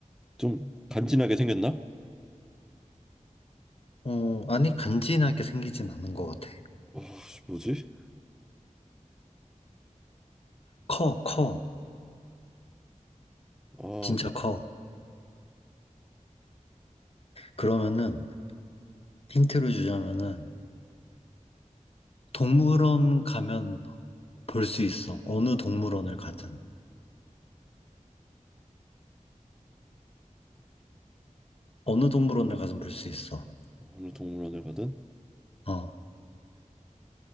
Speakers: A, in the centre; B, on the left.
A: 좀 간지나게 생겼나?
B: 어, 아니, 간지나게 생기진 않은 것 같아.
A: 아, 씨, 뭐지?
B: 커, 커.
A: 아,
B: 진짜 커. 그러면은, 힌트를 주자면은, 동물원 가면 볼 수 있어. 어느 동물원을 가든. 어느 동물원을 가든 볼 수 있어.
A: 어느 동물원에 가든
B: 어,